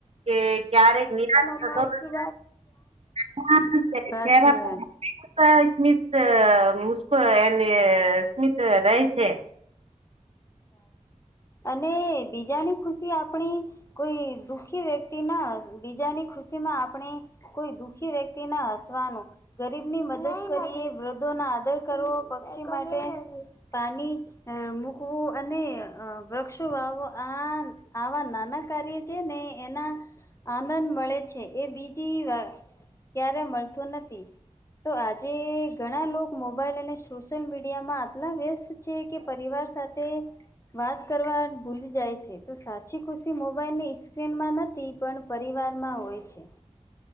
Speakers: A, on the right; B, on the left.
A: કે ક્યારેક નિરાશ
B: મમ્મા
A: થતો
B: આપકી
A: <unintelligible>
B: સાચી વાત
A: સ્મિત મુસ્કો એને સ્મિત રહે છે.
B: અને બીજાની ખુશી આપણી કોઈ દુઃખી વ્યક્તિ ના બીજાની ખુશી માં આપણે કોઈ દુઃખી વ્યક્તિ ના હસવાનું ગરીબ ની મદદ કરીએ વૃદ્ધો ના આદર કરવો પક્ષી માટે પાણી મુ શખવો અને વૃક્ષો વાવો આ આવા નાના કાર્ય છે ને એના આનંદ મળે છે એ બીજી વા ક્યારે મળતો નથી તો આજે ઘણા લોકો મોબાઈલ અને સોશિયલ મીડિયામાં આટલા વ્યસ્ત છે કે પરિવાર સાથે વાત કરવા ભૂલી જાય છે તો સાચી ખુશી મોબાઈલ ની સ્ક્રીનમાં નથી. પણ પરિવારમાં હોય છે.